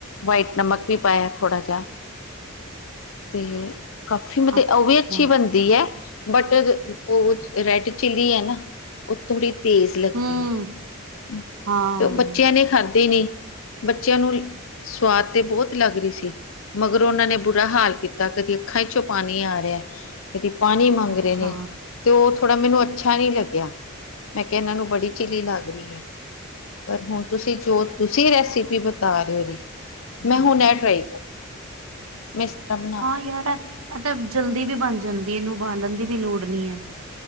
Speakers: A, on the left (about 70°); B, on the right (about 85°).
A: ਵਾਈਟ ਨਮਕ ਵੀ ਪਾਇਆ ਥੋੜਾ ਜਿਹਾ। ਤੇ- ਕਾਫੀ ਮਤਲਬ
B: ਅੱਛਾ
A: ਓ ਵੀ ਅੱਛੀ ਬਣਦੀ ਐ। ਬਟ ਓ ਰੈਡ ਚਿੱਲੀ ਐ ਨਾ। ਓ ਥੋੜ੍ਹੀ ਤੇਜ਼ ਲੱਗਦੀ
B: ਹੂੰ
A: ਐ।
B: ਹਾਂ
A: ਤੇ ਬੱਚਿਆਂ ਨੇ ਖਾਧੀ ਨੀ। ਬੱਚਿਆਂ ਨੂੰ ਸਵਾਦ ਤੇ ਬੋਤ ਲੱਗ ਰਹੀ ਸੀ। ਮਗਰੋਂ ਓਨਾਂ ਨੇ ਬੁਰਾ ਹਾਲ ਕੀਤਾ ਕਦੀ ਅੱਖਾਂ' ਚੋਂ ਪਾਣੀ ਆ ਰਿਆ। ਕਦੀ ਪਾਣੀ ਮੰਗ
B: ਅੱਛਾ
A: ਰਹੇ ਨੇ। ਤੇ ਓ ਥੋੜ੍ਹਾ ਮੈਨੂੰ ਅੱਛਾ ਨੀ ਲੱਗਿਆ। ਮੈਂ ਕਿਆ ਏਨਾਂ ਨੂੰ ਬੜੀ ਚਿਲੀ ਲੱਗ ਰਹੀ ਐ। ਪਰ ਹੁਣ ਤੁਸੀਂ ਜੋ ਤੁਸੀਂ ਰੈਸਪੀ ਬਤਾ ਰਹੇ ਓ ਇਹਦੀ। ਮੈਂ ਹੁਣ ਐ ਟਰਾਈ ਕਰ- <unintelligible>
B: ਹਾਂ ਯਾਰ ਐ। ਐ ਤਾਂ ਜਲਦੀ ਵੀ ਬਣ ਜਾਂਦੀ ਇਹਨੂੰ ਉਬਾਲਣ ਦੀ ਵੀ ਲੋੜ ਨੀ ਐ।